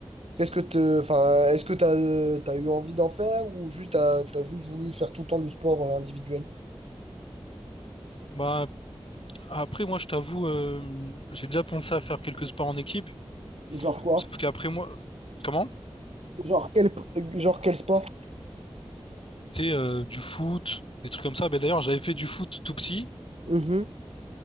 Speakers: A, on the right; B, on the left.
A: qu'est-ce que te, enfin, est-ce que t'as, euh, t'as eu envie d'en faire ou juste t'as, t'as juste voulu faire tout le temps du sport euh, individuel?
B: Bah, après, moi, je t'avoue, euh, j'ai déjà pensé à faire quelques sports en équipe.
A: Genre quoi?
B: Sauf qu'après, moi, comment?
A: Genre quel, genre quel sport?
B: Tu sais, euh, du foot, des trucs comme ça. Ben, d'ailleurs, j'avais fait du foot tout petit.
A: Mhm,